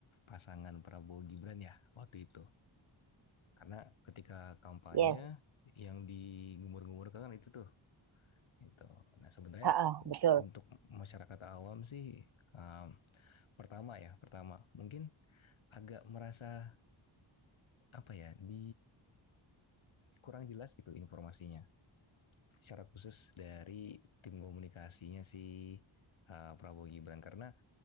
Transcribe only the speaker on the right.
Yes,
Ha-ah,
betul.